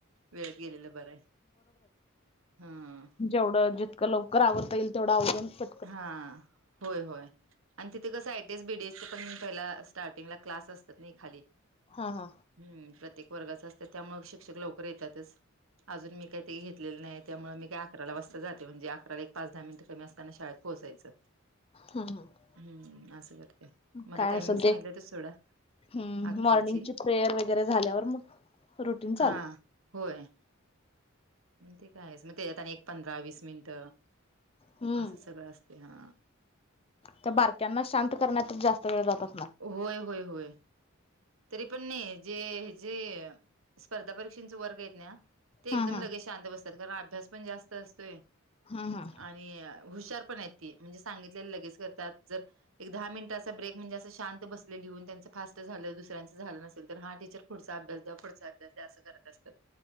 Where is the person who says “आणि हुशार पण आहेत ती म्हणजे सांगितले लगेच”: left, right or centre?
Right